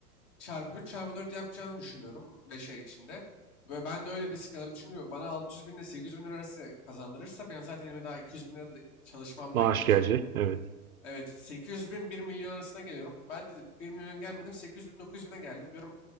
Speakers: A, on the left; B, on the right.
A: çarpı 3 çarpı 4 yapacağını düşünüyorum 5 ay içinde. Ve ben de öyle bir risk alabilirim Çünkü bana 600 bin ile 800 bin lira arası kazandırırsa ben zaten elime daha 200 bin lira da çalışmamdan
B: Maaş
A: gelecek.
B: gelecek evet.
A: Evet 800 bin bir milyon arasına geliyorum. Ben de bir milyon gelmedim 800 bin 900 bine geldim diyorum.